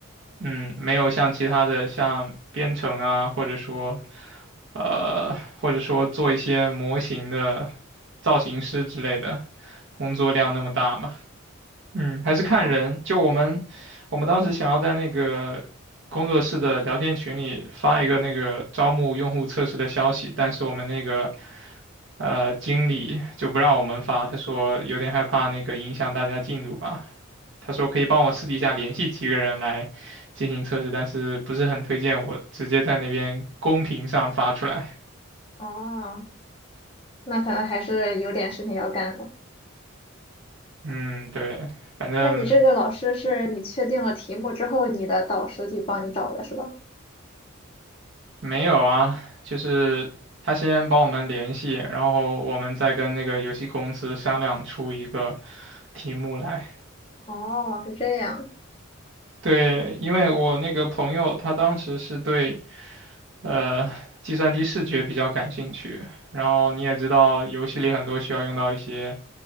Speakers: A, on the right (about 60°); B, on the left (about 25°).
A: 嗯，没有像其他的像编程啊，或者说呃或者说做一些模型的造型师之类的工作量那么大嘛。嗯，还是看人。
B: 哦
A: 就我们，我们当时想要在那个工作室的聊天群里发一个那个招募用户测试的消息，但是我们那个呃经理就不让我们发，他说有点害怕那个影响大家进度吧。他说可以帮我私底下联系几个人来进行测试，但是不是很推荐我直接在那边公屏上发出来。
B: 哦，那可能还是有点事情要干的。
A: 嗯，对，反正。
B: 那你这个老师是你确定了题目之后，你的导师去帮你找的是吧？
A: 没有啊，就是他先帮我们联系，然后我们再跟那个游戏公司商量出一个题目来。
B: 哦，是这样。
A: 对，因为我那个朋友他当时是对呃计算机视觉比较感兴趣，然后你也知道游戏里很多需要用到一些